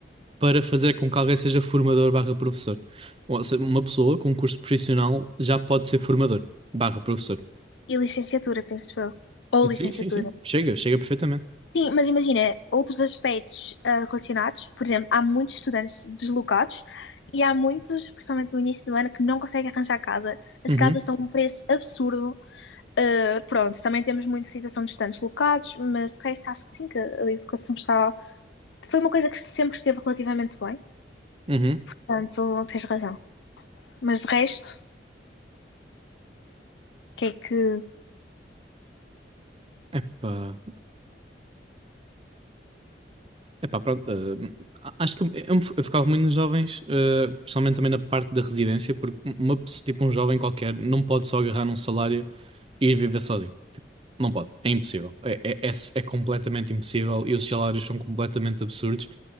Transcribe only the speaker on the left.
E licenciatura, penso eu. Ou
licenciatura.
Sim, mas imagina, outros aspectos ah, relacionados, por exemplo, há muitos estudantes deslocados e há muitos, principalmente no início do ano, que não conseguem arranjar casa. As
casas estão a um preço absurdo. Ah, pronto, também temos muita situação de estudantes deslocados, mas de resto acho que sim, que a educação está. Foi uma coisa que sempre esteve relativamente bem,
portanto tens razão. Mas de resto, o que é que.